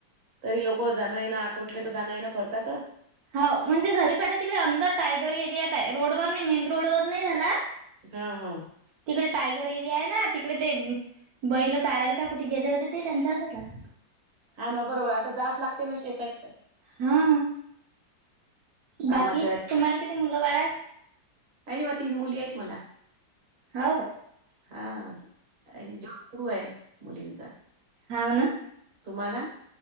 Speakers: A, on the right; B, on the right.
A: तरी लोक जाण येणं आकोटले तर जाणं येनं करतातच?
B: हौ म्हणजे झरीपाटा तिकडे अंदर टायगर एरियात आहे रोडवर नाही मेन रोड वर नाही झाला.
A: हा हो.
B: तिकडे टायगर एरिया आहे ना तिकडे ते. बैल चरायला का कुठे गेले होते ते त्यांच्यावर घरला.
A: हा ना बरोबर आता जास् लागते ना शेतात.
B: हम्म.
A: कामाचं
B: बाकी, तुम्हाला किती मुलं बाळ?
A: <unintelligible> तीन मुली आहेत मला.
B: हौ का?
A: हा, जॉब <unintelligible> रू आहे मुलींचा.
B: हौ ना?
A: तुम्हाला?